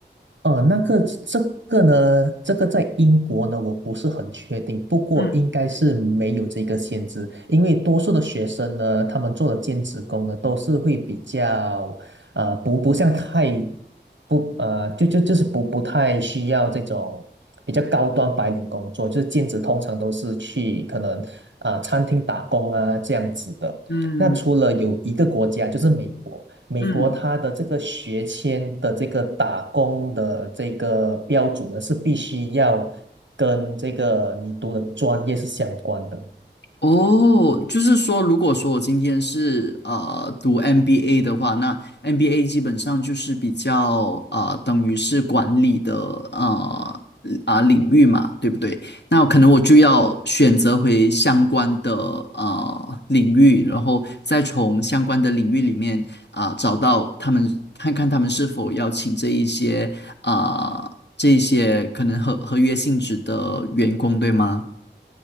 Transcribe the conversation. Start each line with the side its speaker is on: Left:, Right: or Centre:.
Right: 呃，那个这个呢，这个在英国呢，我不是很确定，不过应该是没有这个限制，
Left: 嗯
Right: 因为多数的学生呢，他们做的兼职工呢，都是会比较，呃，不不像太不呃，就就就是不不太需要这种比较高端白领工作，就是兼职通常都是去可能啊、呃餐厅打工啊这样子的。
Left: 嗯
Right: 那除了有一个国家就是美国。美国它的这个学签的这个打工的这个标准呢，
Left: 嗯，
Right: 是必须要跟这个你读的专业是相关的。
Left: 哦，就是说，如果说我今天是呃读 MBA 的话，那 MBA 基本上就是比较呃等于是管理的呃啊、领域嘛，对不对？那可能我就要选择回相关的呃领域，然后再从相关的领域里面啊、找到他们，看看他们是否要请这一些啊、这一些可能合合约性质的员工，对吗？